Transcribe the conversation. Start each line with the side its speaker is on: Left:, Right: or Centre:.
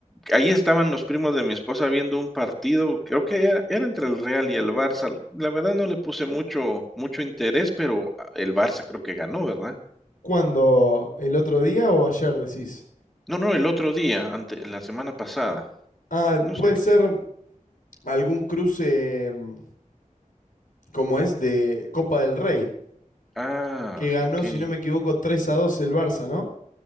Centre: ahí estaban los primos de mi esposa viendo un partido, creo que era, era entre el Real y el Barça. La verdad no le puse mucho, mucho interés, pero ah, el Barça creo que ganó, ¿verdad?
Left: ¿Cuándo? ¿El otro día o ayer decís?
Centre: No, no, el otro día, ante, la semana pasada.
Left: Ah,
Centre: No sé.
Left: puede
Centre: qué-
Left: ser algún cruce mm, como es de Copa del Rey,
Centre: Ah,
Left: que ganó,
Centre: ok.
Left: si no me equivoco, 3 a 2 el Barça, ¿no?